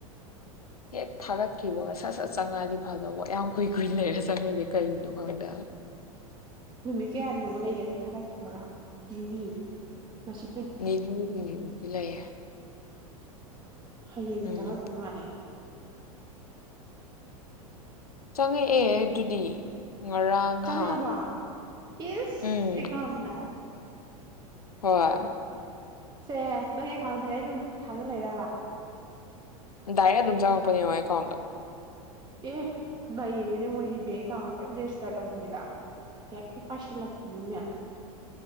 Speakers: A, on the left; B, on the right.
A: ꯍꯦꯛ ꯊꯥꯒꯠꯈꯤꯕꯒ ꯁꯠ ꯁꯠ ꯆꯪꯉꯛꯑꯗꯤ ꯐꯗꯧꯕ ꯌꯥꯝ ꯀꯨꯏ ꯀꯨꯏꯅ ꯂꯩꯔ ꯆꯪꯉꯤꯖꯦ ꯀꯔꯤꯒꯤꯅꯣ ꯈꯪꯗꯦꯕ
B: ꯅꯨꯃꯤꯠ ꯀꯌꯥꯅꯤꯃꯨꯛ ꯂꯩꯒꯅꯤ ꯊꯥꯒꯠꯈꯤꯕꯥꯒ ꯅꯤꯅꯤ ꯉꯁꯤ
A: ꯅꯤꯅ ꯍꯨꯝꯅꯤ ꯃꯨꯛꯇꯤ ꯂꯩꯌꯦ
B: ꯍꯌꯦꯡ
A: ꯎꯝ
B: ꯆꯪꯉꯛꯇꯧ ꯃꯥꯜꯂꯦ
A: ꯆꯪꯉꯛ ꯑꯦ ꯑꯗꯨꯗꯤ ꯉꯔꯥꯡ
B: ꯆꯪꯉꯛꯒꯕ
A: ꯅꯍꯥꯟ
B: ꯏꯁ
A: ꯎꯝ
B: ꯑꯦꯀꯥꯎꯟꯗ
A: ꯍꯣꯏ
B: ꯁꯦꯁ ꯅꯪ ꯑꯦꯀꯥꯎꯟꯗ ꯗꯥꯏꯔꯦꯛ ꯗꯨꯝ ꯊꯥꯖꯜ ꯂꯛꯏꯔꯕ
A: ꯗꯥꯏꯔꯦꯛ ꯑꯗꯨꯝ ꯆꯪꯉꯛꯄꯅꯤꯕꯣ ꯑꯦꯀꯥꯎꯟꯗ
B: ꯑꯦ ꯅꯩꯔꯦꯅꯦ ꯃꯣꯏꯗꯤ ꯕꯦꯡ ꯑꯦꯀꯥꯎꯟꯒ ꯀꯩꯝ ꯔꯦꯖꯤꯁꯇꯥꯔ ꯇꯧꯗꯕꯤꯗ ꯍꯦꯛꯇ ꯄꯥꯏꯁꯜꯂꯛꯄꯤꯅꯤꯅꯦ